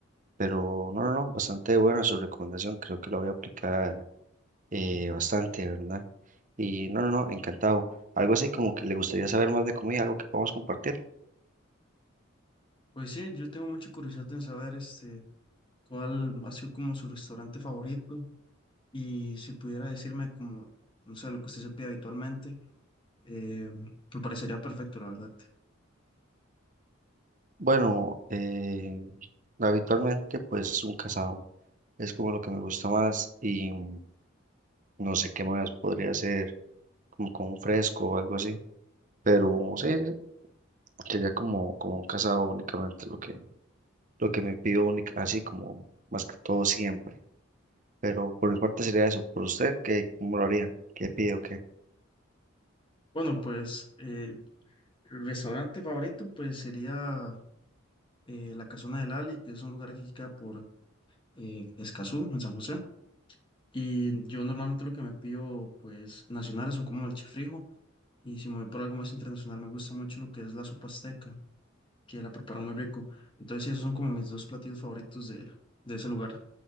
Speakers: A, on the right (about 40°); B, on the left (about 25°).
A: Pero no, no, no, bastante buena su recomendación, creo que la voy a aplicar eh, bastante, ¿verdad? Y no, no, no, encantado. Algo así como que le gustaría saber más de comida, algo que podamos compartir.
B: Pues sí, yo tengo mucha curiosidad en saber este, cuál ha sido como su restaurante favorito Y si pudiera decirme como, no sé, lo que usted se pide habitualmente, eh, me parecería perfecto, la verdad.
A: Bueno, eh, habitualmente pues un casado es como lo que me gusta más y mm, no sé qué más podría hacer como con un fresco o algo así. Pero sí, sí, sería como, como un casado únicamente lo que, lo que me pido única, así como más que todo siempre. Pero por mi parte sería eso. ¿Por usted qué, cómo lo haría? ¿Qué pide o qué?
B: Bueno, pues eh, el restaurante favorito pues sería eh, La Casona del Ali, que es un lugar que queda por eh, Escazú, en San José. Y yo normalmente lo que me pido pues nacionales son como el chifrijo. Y si me voy por algo más internacional, me gusta mucho lo que es la sopa azteca, que la preparan muy rico. Entonces, sí, esos son como mis dos platillos favoritos de, de ese lugar.